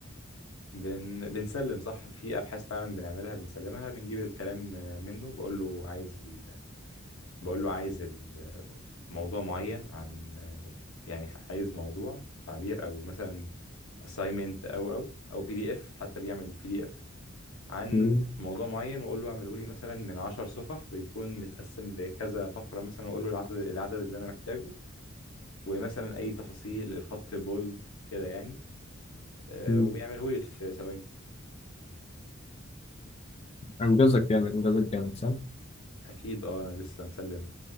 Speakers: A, on the left; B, on the left.
A: بن... بنسلم صح في ابحاث فعلا بنعملها بنسلمها بنجيب الكلام آه، منه بقول له عايز ال... بقول له عايز ال- موضوع معين عن آه، يعني عايز موضوع تعبير او مثلا assignment او او او بي دي اف حتى بيعمل بي دي اف عن
B: امم
A: موضوع معين واقول له اعمله لي مثلا من 10 صفح ويكون متقسم لكذا فقره مثلا واقول له العدد العدد اللي انا محتاجه ومثلا اي تفاصيل الخط بولد كده يعني آه،
B: امم
A: وبيعمله لي في ثواني
B: انجزك يعني انجزك جامد صح
A: اكيد اه انا لسه مسلم